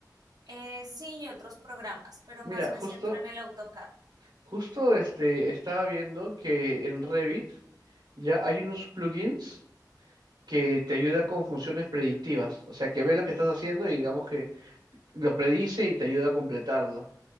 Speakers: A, on the right; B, on the right.
A: Eh, sí, y otros programas, pero
B: Mira,
A: más me
B: justo
A: centro en el AutoCAD.
B: Justo este, estaba viendo que en Revit ya hay unos plugins que te ayuda con funciones predictivas. O sea, que ve lo que estás haciendo y digamos que lo predice y te ayuda a completarlo.